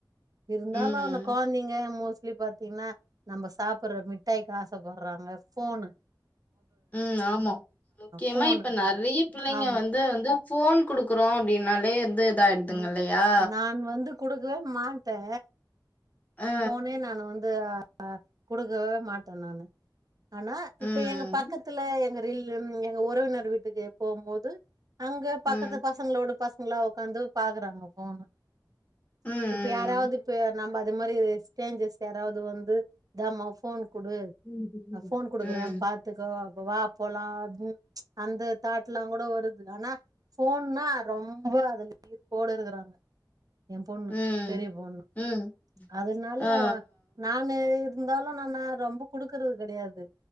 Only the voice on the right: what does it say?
இருந்தாலு
அந்த கொழந்தைங்க மோஸ் லி பாத்தினா நம்ப சாப்புற மிட்டாய்க்கு ஆசைப்பட்றாங்க ஃபோனு
போனு
ஆமா
உம்
நான் வந்து குடுக்கவே மாட்டே
ஃபோனே நான் வந்து அ குடுக்கவே மாட்ட நானு ஆனா
இப்ப எங்க பக்கத்துல எங்க ரில் எங்க உறவினர் வீட்டுக்கு போம்போது அங்க
பக்கத்து பசங்களோட பசங்களா உக்காந்து பாக்குறாங்க ஃபோனு
இப்ப யாராவது இப்ப நம்ப அது மாரி ஸ்ரேஞ்சர்ஸ் யாராவது வந்து இந்தம்மா ஃப் ஃபோன் குடு
நா ஃபோன் குடுக்குறே
பாத் த்துக்கோ அப்ப வா போலா அப்டி அந்த தாட்லா கூட வருது ஆனா ஃபோன்னா ரொம்ப அதுல ஈர்ப்போடு இருக்குறாங்க எ பொண்ணு
பெரிய பொண்ணு
அதனால
நானு இருந்தாலு நானு ரொம்ப குடுக்கறது கடையாது